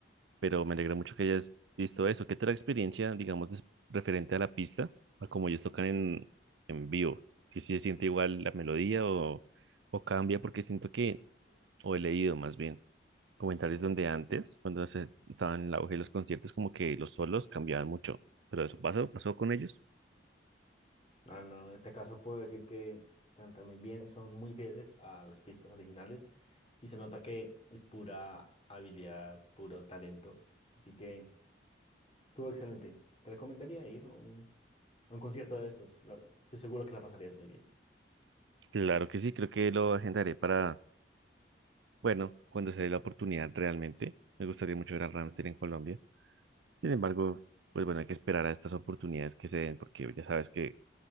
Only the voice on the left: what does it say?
No, no, en este caso puedo decir que cantan muy bien, son muy fieles a las pistas originales y se nota que es pura habilidad, puro talento. Así que estuvo excelente. Te recomendaría ir a un, a un concierto de estos. la- estoy seguro que la pasarías muy bien,